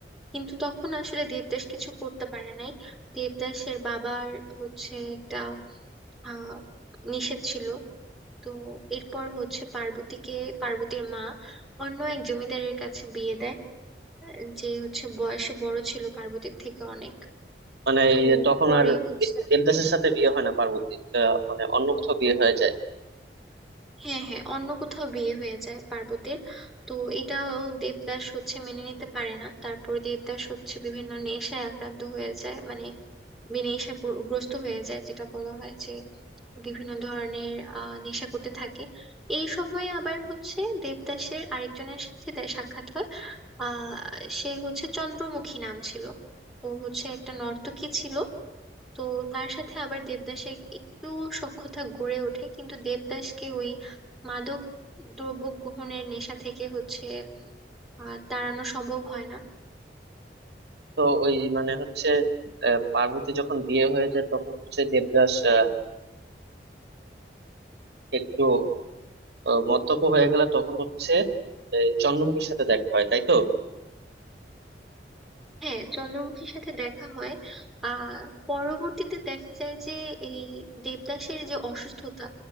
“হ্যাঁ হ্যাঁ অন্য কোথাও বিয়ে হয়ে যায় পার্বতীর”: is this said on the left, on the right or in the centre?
Centre